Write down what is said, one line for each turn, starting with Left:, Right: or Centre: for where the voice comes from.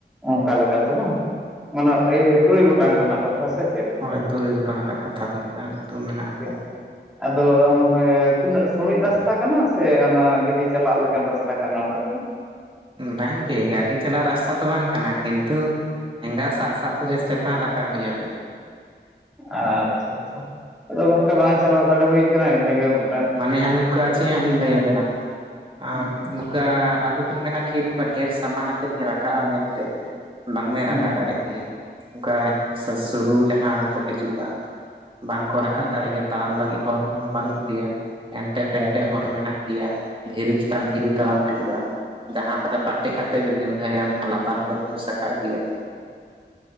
Centre: ᱚᱝᱠᱟ ᱞᱮᱠᱟᱛᱮ ᱵᱟᱝ, ᱚᱱᱟᱮ ᱮ ᱛᱩᱨᱩᱭ ᱜᱚᱴᱟᱝ ᱨᱮᱱᱟᱜ ᱠᱟᱛᱷᱟ ᱥᱮ? ᱪᱮᱫ ᱞᱮᱠᱟ
Right: ᱦᱳᱭ, ᱛᱩᱨᱩᱭ ᱜᱚᱴᱚᱱ ᱨᱮᱱᱟᱜ ᱠᱟᱛᱷᱟ ᱫᱚ ᱚᱝᱠᱟ ᱧᱩᱛᱩᱢ ᱢᱮᱱᱟᱜ ᱟᱠᱟᱫᱟ
Centre: ᱴᱷᱤᱠ
Right: ᱾
Centre: ᱴᱷᱤᱠ ᱟᱫᱚ <unintelligible> ᱛᱤᱱᱟᱹᱜ ᱥᱲᱩᱡ ᱨᱟᱥᱛᱟ ᱠᱟᱱᱟ ᱥᱮ ᱚᱱᱟ ᱜᱟᱹᱰᱤ ᱪᱟᱞᱟᱜ ᱞᱮᱠᱟᱱ ᱨᱟᱥᱛᱟ ᱠᱟᱱᱟ ᱚᱸᱰᱮ ᱫᱚ?
Right: ᱵᱟᱝᱜᱮ ᱜᱟᱹᱰᱤ ᱪᱟᱞᱟᱜ ᱨᱟᱥᱛᱟ ᱫᱚ ᱵᱟᱝ ᱠᱟᱱᱟ, ᱠᱤᱱᱛᱩ ᱴᱷᱮᱸᱜᱟ ᱥᱟᱵ ᱥᱟᱵ ᱛᱮᱜᱮ ᱪᱮᱛᱟᱱ ᱨᱟᱠᱟᱵ ᱦᱩᱭ ᱟᱵᱤᱱᱟ ᱾
Centre: ᱟᱪᱪᱷᱟ ᱟᱪᱪᱷᱟ, ᱟᱫᱚ ᱜᱚᱝᱠᱮ ᱵᱟᱝ ᱪᱟᱞᱟᱣ ᱫᱟᱲᱮ ᱦᱩᱭ ᱠᱟᱱᱟ ᱤᱱᱟᱹᱜᱮ ᱢᱤᱫ
Right: ᱢᱟᱱᱮ ᱦᱟᱸᱜ ᱱᱚᱝᱠᱟ ᱪᱮᱸ ᱦᱟᱸᱜ ᱞᱤᱧ ᱞᱟᱹᱭᱟᱵᱮᱱᱟ? <inaudible>
Centre: ᱦᱮᱸ
Right: ᱱᱚᱝᱠᱟ ᱟᱞᱚᱵᱮᱱ ᱢᱮᱱᱟ ᱠᱤ ᱱᱚᱝᱠᱟ ᱰᱷᱮᱨ ᱥᱟᱢᱟᱱ ᱟᱛᱮᱫ ᱞᱤᱧ ᱨᱟᱠᱟᱵᱼᱟ ᱢᱮᱱᱛᱮ ᱾ ᱵᱟᱝᱢᱮ
Centre: ᱦᱮᱸ
Right: ᱨᱟᱠᱟᱵ ᱫᱟᱲᱮᱜ ᱜᱮᱭᱟ ᱚᱱᱠᱟ ᱥᱩᱨᱩ ᱡᱟᱦᱟᱸ ᱠᱚ ᱦᱤᱡᱩᱜᱼᱟ ᱾ ᱵᱟᱝᱠᱚ ᱨᱟᱠᱟᱜ
Centre: ᱦᱮᱸ
Right: ᱫᱟᱲᱮᱜ ᱜᱮᱭᱟ ᱛᱟᱲᱟᱢ ᱞᱟᱹᱜᱤᱫ ᱦᱚᱨ ᱠᱚᱦᱚᱸ ᱵᱟᱹᱱᱩᱜ ᱜᱮᱭᱟ ᱮᱱᱴᱮᱯᱮᱱᱴᱮ
Centre: ᱦᱳᱭ
Right: ᱾ ᱦᱚᱨ ᱢᱮᱱᱟᱜ ᱜᱮᱭᱟ ᱫᱷᱤᱨᱤ ᱪᱮᱛᱟᱱ ᱫᱷᱤᱨᱤ ᱛᱟᱲᱟᱢ ᱦᱩᱭᱩᱜᱼᱟ ᱾ ᱡᱟᱦᱟᱸ ᱞᱮᱠᱟᱛᱮ ᱯᱟᱴᱮᱡ ᱠᱟᱛᱮ ᱵᱮᱱ ᱧᱩᱨᱦᱟᱹᱭᱱᱟ ᱢᱮᱱᱠᱷᱟᱱ ᱞᱟᱛᱟᱨ ᱦᱚᱸᱵᱤᱱ ᱧᱩᱨ ᱥᱟᱠᱟᱵ ᱜᱮᱭᱟ ᱾